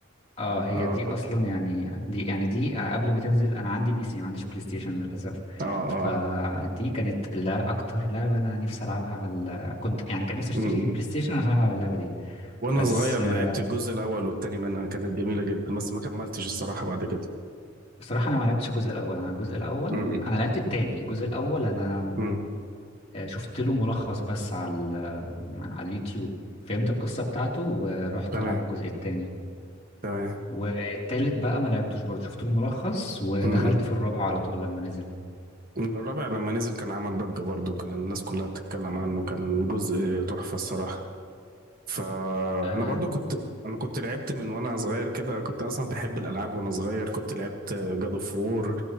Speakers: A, on the left (about 30°); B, on the right (about 45°).
A: اه هي
B: اه
A: دي
B: كنت
A: اصلا يعني دي يعني دي آه، قبل ما تنزل انا عندي بي سي ما عنديش بلاي ستيشن للاسف
B: اه
A: فدي
B: اه
A: كانت لا اكتر لعبه انا نفسي العبها على كنت يعني كان نفسي اشتري
B: م-م.
A: بلاي ستيشن عشان العب اللعبه دي
B: وانا
A: بس
B: صغير
A: آه،
B: لعبت الجزء الاول والتاني منها كانت جميله جدا بس ما كملتش الصراحه بعد كده
A: بصراحه انا ما لعبتش الجزء الاول انا الجزء الاول
B: م-م.
A: انا لعبت التاني الجزء الاول انا
B: م.
A: آه، شفت له ملخص بس على ال- على اليوتيوب فهمت القصة بتاعته ورحت
B: تمام
A: ألعب الجزء التاني
B: تمام
A: والتالت بقى ما لعبتوش برضه شفت له ملخص ودخلت
B: م-م.
A: في الرابع على طول لما نزل
B: م. الرابع لما نزل كان عمل ضجه برضو كان الناس كلها بتتكلم عنه كان جزء تحفه الصراحه فانا
A: اه
B: برضو كنت انا كنت لعبت من وانا صغير كده كنت اصلا بحب الالعاب وانا صغير كنت لعبت جاد اوف وور